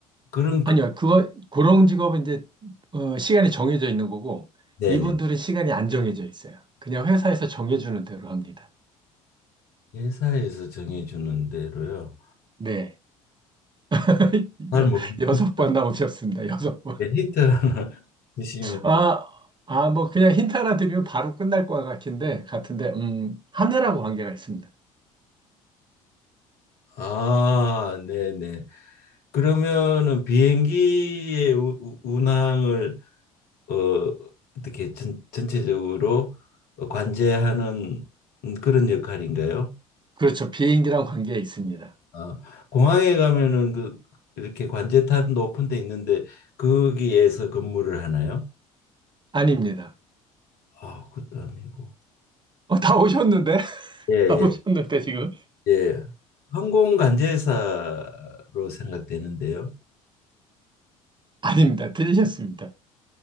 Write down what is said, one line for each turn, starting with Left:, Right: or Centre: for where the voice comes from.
Left: 그런 그-
Right: 아니요, 그거, 그런 직업은 이제, 어, 시간이 정해져 있는 거고,
Left: 네네.
Right: 이분들은 시간이 안 정해져 있어요. 그냥 회사에서 정해주는 대로 합니다.
Left: 회사에서 정해주는 대로요.
Right: 네. <laughs>
Left: 잘
Right: 여,
Left: 모르겠는데
Right: 여섯 번 나오셨습니다. 여섯 번.
Left: 힌트 하나 <laughs> 주시면
Right: 아, 아, 뭐, 그냥 힌트 하나 드리면 바로 끝날 것 같은데, 같은데, 음, 하늘하고 관계가 있습니다.
Left: 아, 네네. 그러면은 비행기의 우- 우- 운항을 어, 어떻게 전, 전체적으로 관제하는 그런 역할인가요?
Right: 그렇죠. 비행기랑 관계가 있습니다.
Left: 아, 공항에 가면은 그 이렇게 관제탑 높은 데 있는데 거기에서 근무를 하나요?
Right: 아닙니다.
Left: 아, 그것도 아니고.
Right: 어, 다 오셨는데? <laughs>
Left: 예,
Right: 다 오셨는데,
Left: 예,
Right: 지금?
Left: 예. 항공 관제사로 생각되는데요.
Right: 아닙니다. 들리셨습니다.